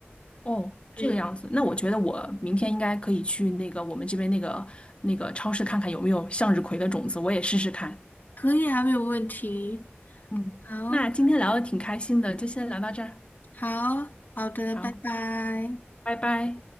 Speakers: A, on the left; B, on the left.
A: 哦，
B: 对，
A: 这个样子，那我觉得我明天应该可以去那个我们这边那个那个超市看看有没有向日葵的种子，我也试试看。
B: 可以啊，没有问题。
A: 嗯，
B: 好。
A: 那今天聊的挺开心的，就先聊到这儿，
B: 好好的，
A: 好，
B: 拜拜。
A: 拜拜。